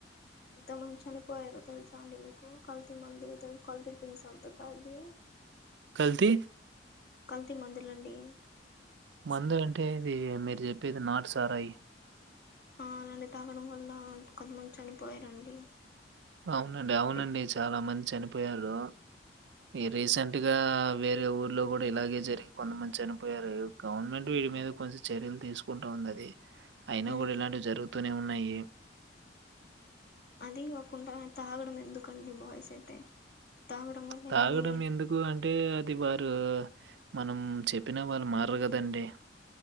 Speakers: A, on the left; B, on the right.
A: ఎంతో మంది చనిపోయారో తెలుసా అండి మీకు కల్తీ మందు కల్తీ డ్రింక్స్ అంతా తాగి
B: కల్తీ
A: కల్తీ మందులండి
B: మందు అంటే ఇది మీరు చెప్పేది నాటిసారాయి
A: ఆ అలానే తాగడం వల్ల కొంతమంది చనిపోయారండి
B: అవునండి అవునండి
A: అంటే
B: చాలా మంచి పోయారు ఈ రీసెంట్గా వేరే ఊర్లో గూ డా ఇలాగే జరిగి కొంతమంది చనిపోయారు గవర్నమెంట్ వీడి మీద కొంచెం చర్యలు తీసుకుంటా ఉందది అయినా
A: మ్మ్
B: కూడా ఇలాంటివి జరుగుతూనే ఉన్నాయి
A: అది గాకుండా తాగడం ఎందుకండి బాయ్స్ అయితే తాగడం వల్ల
B: తాగడం
A: ఎన్ని
B: ఎందుకు అంటే వారు మనం చెప్పినా వాళ్ళు మారరు గదండి